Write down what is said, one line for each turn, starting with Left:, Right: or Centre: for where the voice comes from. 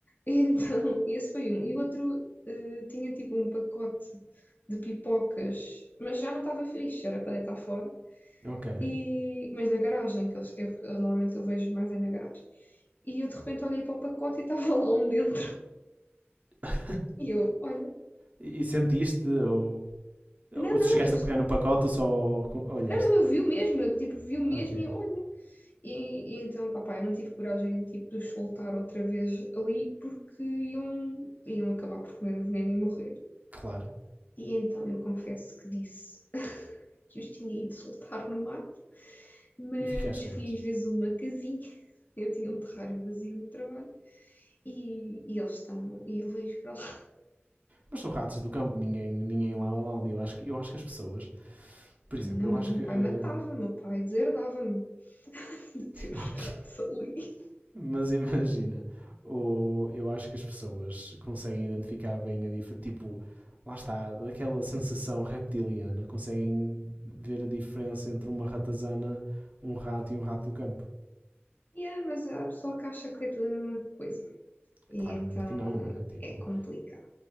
Left: Então, esse foi um. E o outro eh, tinha tipo um pacote de pipocas, mas já não estava fixe, era para deitar fora.
Right: ok.
Left: E, mas na garagem, que eles, eu, eu normalmente eu vejo mais é na garagem. E eu de repente olhei para o pacote e estava lá um dentro.
Right: <laughs>
Left: E eu, olha,
Right: e, e sentiste ou, ou
Left: não,
Right: chegaste
Left: não, eu,
Right: a pegar no pacote ou só olhaste?
Left: não, não, eu vi o mesmo, eu tipo, vi o
Right: Ok.
Left: mesmo e eu, olha. E, e então, opá, eu não tive coragem tipo, de os soltar outra vez ali porque iam, iam acabar por comer o veneno e morrer.
Right: Claro.
Left: E então eu confesso que disse que os tinha ido soltar no mato, mas
Right: E ficaste com
Left: fiz-lhes
Right: eles.
Left: uma casinha. <laughs> Eu tinha um terrário vazio no trabalho e, e eles estão. E levei-os para lá.
Right: Mas são ratos do campo, ninguém, ninguém lá lá, lá. Eu acho, que, eu acho que as pessoas, por exemplo,
Left: Não,
Right: eu acho
Left: meu
Right: que. eh,
Left: pai matava, meu pai deserdava-me <laughs> de ter os
Right: <laughs> ok.
Left: gatos ali.
Right: Mas <laughs> imagina, o, eu acho que as pessoas conseguem identificar bem a diferença. Tipo, lá está, daquela sensação reptiliana, conseguem ver a diferença entre uma ratazana, um rato e um rato do campo.
Left: Yeah, mas há pessoa que acha que é tudo a mesma coisa. E
Right: Claramente
Left: então
Right: que não, não é? Tipo,
Left: é complicado.